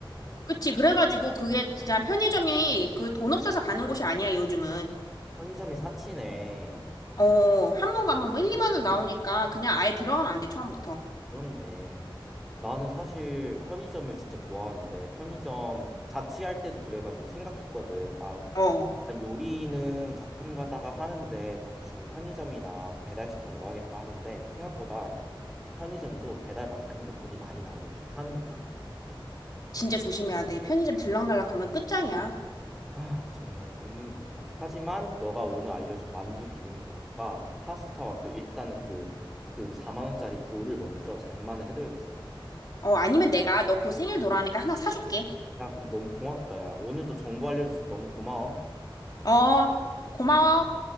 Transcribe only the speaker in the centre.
편의점이 사치네.
그렇네. 나는 사실 편의점을 진짜 좋아하는데 편의점 자취할 때도 그래가지고 생각했거든. 아,
난 요리는 가끔 가다가 하는데 대충 편의점이나 배달시켜 먹어야겠다 하는데 생각보다 편의점도 배달만큼이나 돈이 많이 나오긴 하는구나.
아, 정말 눈물이 난다. 하지만 너가 오늘 알려준 만두 비빔밥과 파스타와 그 일단은 그 그 4만 원짜리 볼을 먼저 장만을 해둬야겠어.
야, 근데 너무 고맙다, 야. 오늘도 정보 알려줘서 너무 고마워.